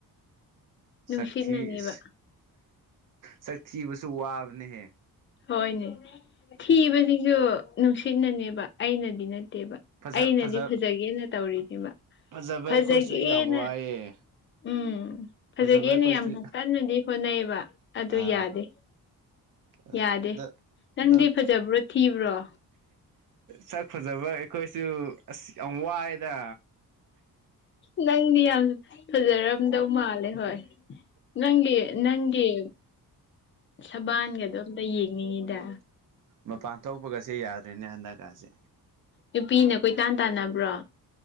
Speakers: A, on the right (about 55°); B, on the left (about 35°).
A: ꯁꯛꯊ
B: ꯅꯨꯡꯁꯤꯠꯅꯅꯦꯕ
A: ꯆꯛꯊꯤꯕꯁꯨ ꯋꯥꯕꯅꯦꯍꯦ
B: ꯍꯣꯏꯅꯦ ꯊꯤꯕꯁꯤꯁꯨ ꯅꯨꯡꯁꯤꯠꯅꯅꯦꯕ ꯑꯩꯅꯗꯤ ꯅꯠꯇꯦꯕ
A: ꯐꯖ
B: ꯑꯩꯅꯗꯤ
A: ꯐꯖ
B: ꯐꯖꯒꯦꯅ ꯇꯧꯔꯤꯅꯦꯕ
A: ꯐꯖꯕ
B: ꯐꯖꯒꯦꯅ
A: ꯑꯩꯈꯣꯏꯁꯨ ꯌꯥꯝ ꯋꯥꯏꯑꯦ
B: ꯎꯝ ꯐꯖꯒꯦꯅ
A: ꯐꯖꯕ ꯑꯩꯈꯣꯏꯁꯨ
B: ꯌꯥꯝ ꯀꯟꯅꯗꯤ ꯍꯣꯠꯅꯩꯕ ꯑꯗꯨ
A: ꯑꯥ
B: ꯌꯥꯗꯦ
A: ꯑꯗ
B: ꯌꯥꯗꯦ ꯅꯪꯗꯤ
A: ꯑꯗꯣ
B: ꯐꯖꯕ꯭ꯔꯣ ꯊꯤꯕ꯭ꯔꯣ
A: ꯆꯥꯛ ꯐꯖꯕ ꯑꯩꯈꯣꯏꯁꯨ ꯑꯁ ꯌꯥꯝ ꯋꯥꯑꯦꯗ
B: ꯉꯪꯗꯤ ꯌꯥꯝ ꯐꯖꯔꯝꯗꯧ ꯃꯥꯜꯂꯦ ꯍꯣꯏ ꯅꯪꯒꯤ ꯅꯪꯒꯤ ꯁꯕꯥꯟꯒꯗꯣ ꯑꯝꯇ ꯌꯦꯡꯅꯤꯡꯉꯤꯗ
A: ꯃꯄꯥꯟ ꯊꯣꯛꯄꯒꯁꯦ ꯌꯥꯗ꯭ꯔꯔꯤꯅꯦ ꯍꯟꯗꯛꯀꯁꯦ
B: ꯅꯨꯄꯤꯅ ꯀꯣꯏꯇꯥꯟ ꯇꯥꯟꯅꯕ꯭ꯔꯣ